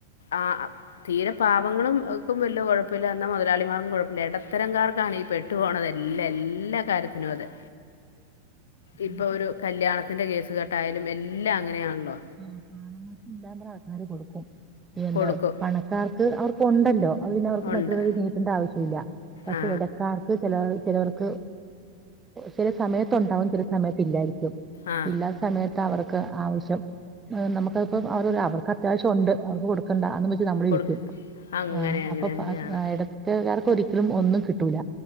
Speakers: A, on the left; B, on the right.
A: ആഹ തീരെ പാവങ്ങളും ഒ വല്ല കുഴപ്പില്ല എന്ന മുതലളിമാർകും കുഴപ്പില്ല ഇടത്തരംകാർക്കാണ് പെട്ടു പോണതെല്ലാ എല്ലാ കാര്യത്തിനും അതെ ഇപ്പൊ
B: ആ.
A: ഒരു കല്യാണത്തിന്റെ കേസ് കേട്ടായാലും എല്ലാം അങ്ങനെയാണല്ലോ
B: ആഹ പാലങ്ങൊക്കെ <inaudible> ആൾക്കാർ കൊടുക്കും എന്താ
A: കൊടുക്കും
B: പണക്കാർക്ക് അവർക്കുണ്ടല്ലോ അത് പിന്നെ അവർക്ക്
A: ഉണ്ട്
B: മറ്റുള്ളവരുടെ അടുത്ത് കൈ നീട്ടേണ്ട ആവശ്യമില്ല പക്ഷെ
A: ആ
B: ഇടക്കാർക്ക് ചില ചിലവർക്ക് ചില സമയത്ത് ഉണ്ടാവും ചില സമയത്ത്ല്ലായിരിക്കും
A: ആ
B: ഇല്ലാത്ത സമയത്ത് അവർക്ക് ആവശ്യം നമുക്കപ്പോ അവ അവർക്ക് അത്യാവശ്യം ഉണ്ട് അവർക്ക് കൊടുക്കും നക്കണ്ടാ എന്ന് വെച്ച നമ്മളെ
A: കൊടു
B: ഇരിക്കും
A: അങ്ങനെ
B: ആഹ
A: അങ്ങനെ
B: അപ്പൊപ്പ
A: അങ്ങനെയാണ്
B: ഇടത്തുകാർക്ക് ഒരിക്കലും ഒന്നും കിട്ടൂല